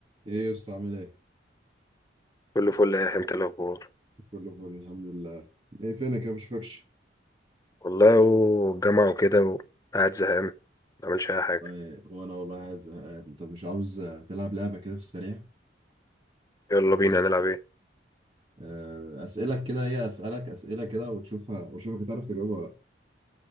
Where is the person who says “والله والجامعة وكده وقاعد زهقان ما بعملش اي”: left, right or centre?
Left